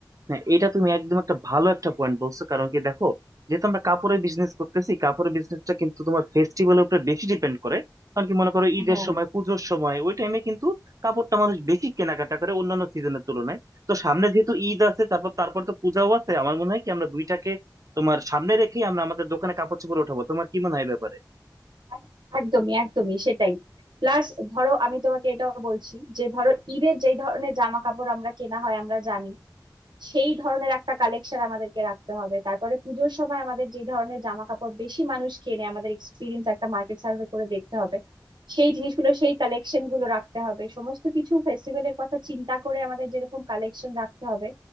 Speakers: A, on the right (about 50°); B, on the right (about 85°).
A: হ্যাঁ এটা তুমি একদম একটা ভালো একটা পয়েন্ট বলছো কারণ কি দেখো যেহেতু আমরা কাপড়ের বিজনেস করতেছি কাপড়ের বিজনেসটা কিন্তু তোমার ফেস্টিভ্যালের উপরে বেশি ডিপেন্ড করে কারণ কি মনে করো ঈদের
B: হ্যাঁ
A: সময় পুজোর সময় ওই টাইমে কিন্তু কাপড়টা মানুষ বেশি কেনাকাটা করে অন্যান্য সিজনের তুলনায় তো সামনে যেহেতু ঈদ আছে তারপর তারপর তো পূজাও আছে আমার মনে হয় কি আমরা দুইটাকে তোমার সামনে রেখে আমরা আমাদের দোকানে কাপড় চোপড় উঠাবো তোমার কি মনে হয় এ ব্যাপারে
B: এক- একদমই একদমই সেটাই প্লাস ধরো আমি তোমাকে এটাও বলছি যে ধরো ঈদের যেই ধরনের জামা কাপড় আমরা কেনা হয় আমরা জানি সেই ধরনের একটা কালেকশন আমাদেরকে রাখতে হবে তারপরে পুজোর সময় আমাদের যে ধরনের জামা কাপড় বেশি মানুষ কেনে আমাদের এক্সপিরিয়েন্স একটা মার্কেট সার্ভে করে দেখতে হবে সেই জিনিসগুলো সেই কালেকশন গুলো রাখতে হবে সমস্ত কিছু ফেস্টিভ্যালের কথা চিন্তা করে আমাদের যেরকম কালেকশন রাখতে হবে